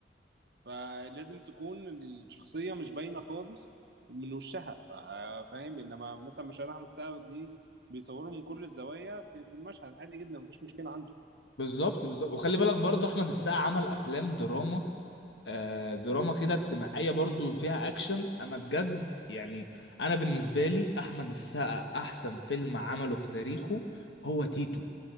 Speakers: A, on the right (about 65°); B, on the left (about 80°).
A: فلازم تكون الشخصيه مش باينه خالص من وشها فا- فاهم انما مثلا مشاهد احمد سعد دي بيصوروا من كل الزوايا في, في المشهد عادي جدا مفيش مشكله عنده
B: بالظبط بالظبط وخلي بالك برضه احمد السقا عمل افلام دراما آه دراما كده اجتماعية برضه فيها اكشن انا بجد يعني انا بالنسبة لي احمد السقا احسن فيلم عمله في تاريخه هو تيتو